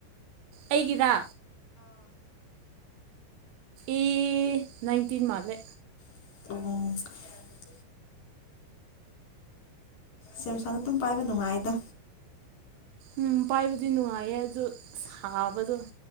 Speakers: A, on the right; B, on the left.
A: ꯑꯩꯩꯒꯤꯗ꯫ ꯑꯦ ꯅꯥꯏꯟꯇꯤꯟ ꯃꯥꯂꯦ꯫
B: ꯑꯣ꯫ ꯁꯦꯝꯁꯥꯡꯗ ꯑꯗꯨꯝ ꯄꯥꯏꯕ ꯅꯨꯡꯉꯥꯏꯗ꯫
A: ꯎꯝ ꯄꯥꯏꯕꯗꯤ ꯅꯨꯡꯉꯥꯏꯌꯦ ꯑꯗꯨ ꯁꯥꯕꯗꯣ꯫